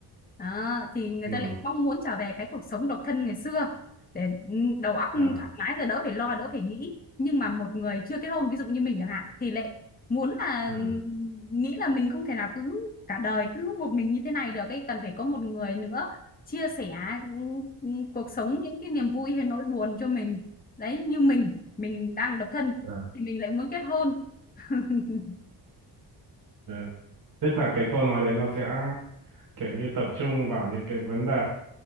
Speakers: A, on the left (about 20°); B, on the right (about 55°).
A: đó, thì người
B: ừ.
A: ta lại mong muốn trở về cái cuộc sống độc thân ngày xưa để ừ, đầu óc
B: à,
A: thoải mái rồi đỡ phải lo đỡ phải nghĩ nhưng mà một người chưa kết hôn ví dụ như mình chẳng hạn thì lại muốn là
B: à,
A: nghĩ là mình không thể nào cứ cả đời cứ một mình như thế này được ấy cần phải có một người nữa chia sẻ ừ, ừ, cuộc sống những cái niềm vui hay nỗi buồn cho mình đấy như mình mình đang độc thân
B: à.
A: thì mình lại muốn kết hôn <laughs>
B: ừ. tức là cái câu nói đấy nó sẽ kiểu như tập trung vào những cái vấn đề